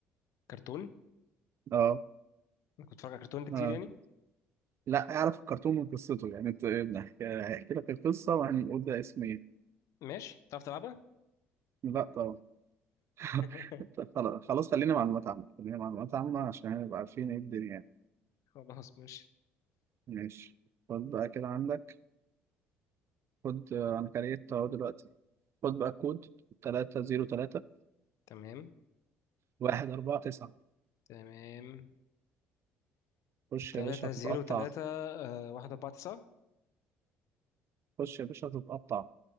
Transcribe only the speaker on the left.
كرتون
انا كنت بتفرج على كرتون ده كتير
يعني
ماشي تعرف تلعبها
<laughs>
خلاص ماشي
تمام
تمام
تلاتة
زيرو تلاتة آه، واحد أربعة تسعة